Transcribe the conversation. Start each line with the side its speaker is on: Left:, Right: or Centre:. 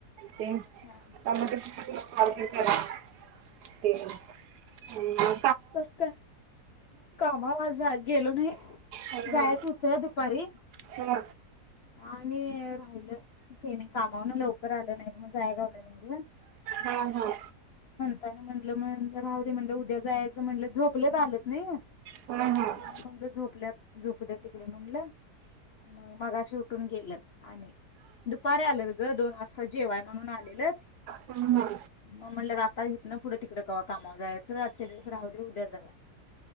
Right: तीन
Left: हा
Right: टमाटर तेच कॉल करा. ते हू हू
Left: कस काय? कामावर आज ज्याय गेलो नाही
Right: हा हा
Left: जायच होत दुपारी
Right: हा
Left: आणि तेनी कामावरनं लव तर आलं नाहीत म जाया गावलं नाय ग
Right: हां हां
Left: त्यांनी म्हटलं म राहू दे म्हणल उद्या जायचं म्हणलं झोपलेत आलंत. नाही
Right: हूं हूं
Left: मग झोपल्यात झोपू दया तिकड म्हणलं. म मगाशी उ उठून गेल्यात आणि दुपारी आलंत ग दोन वाजता जेवाय म्हणून आलेलत
Right: हा
Left: म म्हणलं आता इथन ना पुढं तिकड कवा कामावर जायचं आजच्या दिवस राहू दे उद्या जा